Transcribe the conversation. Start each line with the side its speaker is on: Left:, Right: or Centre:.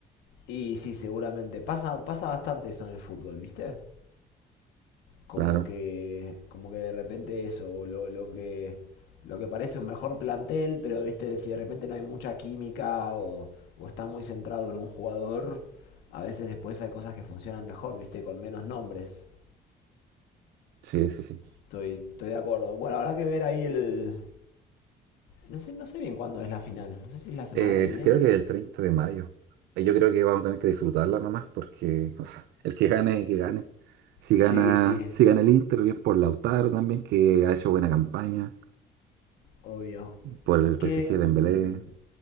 Left: Y sí, seguramente, pasa, pasa bastante eso en el fútbol, ¿viste? como
Right: Claro,
Left: que, como que de repente eso, lo, lo que, lo que parece un mejor plantel, pero viste, si de repente no hay mucha química o, o está muy centrado en un jugador, a veces después hay cosas que funcionan mejor, viste, con menos nombres.
Right: sí, sí, sí.
Left: Estoy, estoy de acuerdo. Bueno, habrá que ver ahí el... No sé, no sé bien cuándo es la final. No sé si es la semana
Right: Eh,
Left: que viene.
Right: creo que el 30 de mayo. Eh, Yo creo que vamos a tener que disfrutarla nomás, porque, o sea, el que gane, que gane. Si
Left: Sí,
Right: gana,
Left: sí,
Right: si gana el Inter, bien por Lautaro también, que ha hecho buena campaña,
Left: obvio.
Right: por
Left: ¿Y
Right: el
Left: qué?
Right: PSG
Left: mm,
Right: de Dembélé.